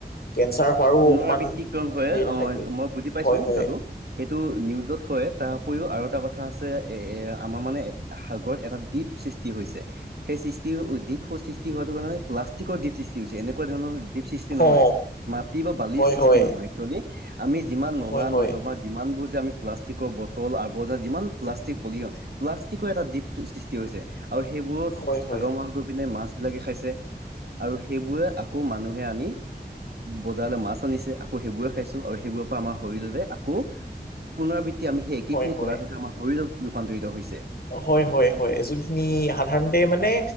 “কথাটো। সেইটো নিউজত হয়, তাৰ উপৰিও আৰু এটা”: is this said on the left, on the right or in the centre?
Right